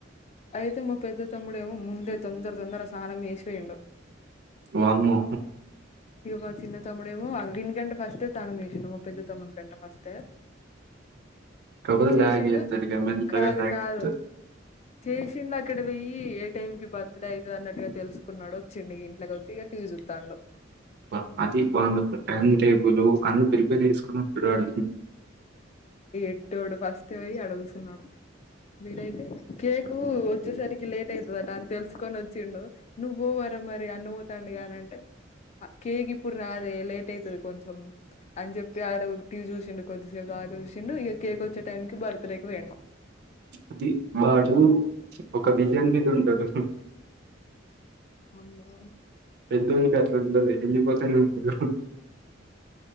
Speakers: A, on the left; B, on the right.
A: అయితే మా పెద్ద తమ్ముడు ఏమో ముందే తొందర తొందర స్నానం చేసి పోయిండు
B: వామ్మో
A: ఇక బ చిన్న తమ్ముడేమో ఇనికంటే ఫస్టే తన్నం చేసిండు మా పెద్ద తమ్ముడు కంటే ఫస్టే
B: కాకపోతే
A: చేసిండు
B: లాగ్ చేత్తడు ఇగ మెల్లగా
A: కాదు
B: లాగ్
A: కాదు
B: చేత్తడు
A: చేసిండు అక్కడ పోయి ఏ టైం కి బర్త్ డే అయిదు అన్నట్టుగా తెలుసుకున్నాడు వచ్చిండు ఇంట్కి వచ్చి ఇ టీవి చూస్తాడు
B: ఆ అదీ వాని టైం టేబుల్ అన్ని ప్రిపేర్ చేసుకుని ఉంటాడు వాడు
A: పెద్దోడు ఫస్ట్ పోయి ఆడ కూసున్నాడు వీడైతే కేక్ వచ్చేసరికి లేట్ అవుతుందట అని తెలుసుకొని వచ్చిండు నువ్వు పో మరి అన్న పోతాడు అని అంటే కేక్ ఇప్పుడు రాదే లేట్ అయివుతుది కొంచెం అని చెప్పి ఆక్కడ టీవి చూసిండు కొద్దిసేపు ఆడ చూసిండు ఇ కేక్ వచ్చే టైంకి బర్త్డేకి పోయిండు
B: అది వాడు ఒక విజన్ మీద ఉంటారు
A: అమ్మో
B: పెద్దోనికి అట్లా ఉంటాది వెళ్ళపోత చూడు